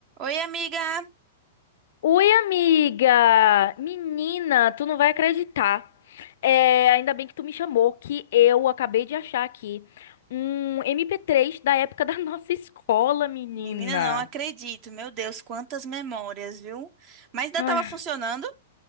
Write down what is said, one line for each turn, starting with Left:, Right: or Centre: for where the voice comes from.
Right: Oi, amiga!
Left: Oi, amiga! Menina, tu não vai acreditar. É, ainda bem que tu me chamou, que eu acabei de achar aqui um mp três da época da <laughs> nossa escola, menina.
Right: Menina, não acredito. Meu Deus, quantas memórias, viu? Mas ainda
Left: Ai.
Right: estava funcionando?